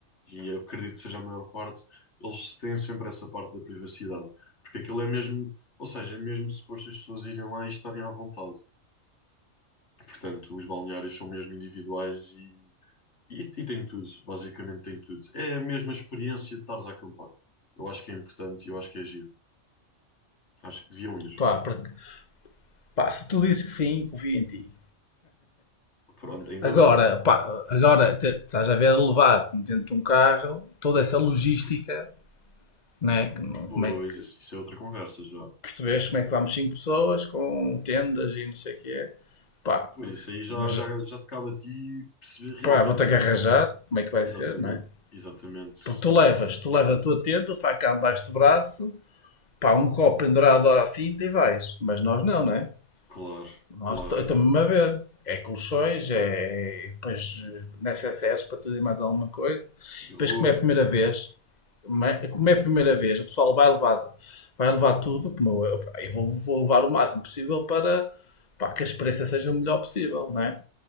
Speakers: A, on the left (about 65°); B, on the left (about 40°).
A: e acredito que seja a maior parte, eles têm sempre essa parte da privacidade. Porque aquilo é mesmo, ou seja, é mesmo suposto as pessoas irem lá e estarem à vontade. Portanto, os balneários são mesmo individuais e, e, e têm tudo, basicamente têm tudo. É a mesma experiência de estares a acampar. Eu acho que é importante e eu acho que é giro. Acho que deviam ir.
B: Pá, porque, pá, se tu dizes que sim, confio em ti.
A: Pronto, ainda
B: Agora,
A: bem.
B: pá, agora te- estás a ver a levar dentro de um carro toda essa logística, né? que não- Como
A: Pois,
B: é que
A: isso, isso é outra conversa já.
B: percebes como é que vamos cinco pessoas com tendas e não sei o que é. Pá,
A: Pois isso aí já,
B: mas
A: já, já te cabe a ti perceber realmente.
B: pá, vou ter que arranjar, como é que vai
A: Exatamente,
B: ser, né?
A: exatamente.
B: Porque
A: Isso-
B: tu levas, tu levas a tua tenda, o sacão debaixo do braço, pá, um copo pendurado à cinta e vais. Mas nós não, né?
A: Claro,
B: Nós,
A: claro.
B: t- eu estou-me a ver. É colchões, é é, depois necessários para tudo e mais alguma coisa.
A: E
B: Depois,
A: roupa,
B: como é a primeira vez, como é como é a primeira vez, o pessoal vai levar, vai levar tudo, como eu, eu vou, vou levar o máximo possível para pá, que a experiência seja o melhor possível, não é?